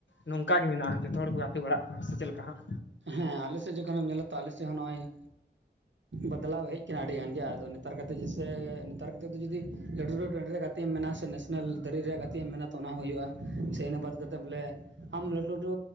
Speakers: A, on the left (about 85°); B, on the right (about 85°).
A: ᱱᱚᱝᱠᱟᱜ ᱜᱮ ᱢᱮᱱᱟᱜᱼᱟ ᱡᱚᱛᱚ ᱦᱚᱲ ᱠᱚ ᱜᱟᱛᱮ ᱵᱟᱲᱟᱜ ᱠᱟᱱᱟ ᱥᱮ ᱪᱮᱫ ᱞᱮᱠᱟ ᱦᱟᱸᱜ,
B: ᱦᱮᱸ ᱟᱞᱮ ᱥᱮᱫ ᱡᱚᱠᱷᱚᱱᱮᱢ ᱧᱮᱞᱟ ᱛᱚ ᱟᱞᱮ ᱥᱮᱫ ᱦᱚᱸ ᱱᱚᱜᱼᱚᱭ ᱵᱟᱫᱞᱟᱣ ᱦᱮᱡ ᱠᱟᱱᱟ ᱟᱹᱰᱤ ᱜᱟᱱ ᱜᱮ ᱟᱫᱚ ᱱᱮᱛᱟᱨ ᱱᱮᱛᱟᱨ ᱠᱟᱛᱮ ᱫᱚ ᱡᱩᱫᱤ <unintelligible> ᱜᱟᱛᱮᱜ ᱮᱢ ᱢᱮᱱ ᱟ ᱥᱮ ᱱᱮᱥᱱᱮᱞ ᱨᱮᱭᱟᱜ ᱜᱟᱛᱮᱜ ᱮᱢ ᱢᱮᱱᱟ ᱛᱚ ᱚᱱᱟ ᱦᱚᱸ ᱦᱩᱭᱩᱜᱼᱟ ᱥᱮ ᱤᱱᱟᱹ ᱵᱟᱫᱽ ᱠᱟᱛᱮᱫ ᱵᱚᱞᱮ ᱟᱢ ᱞᱟᱹᱴᱷᱩ ᱞᱟᱹᱴᱩ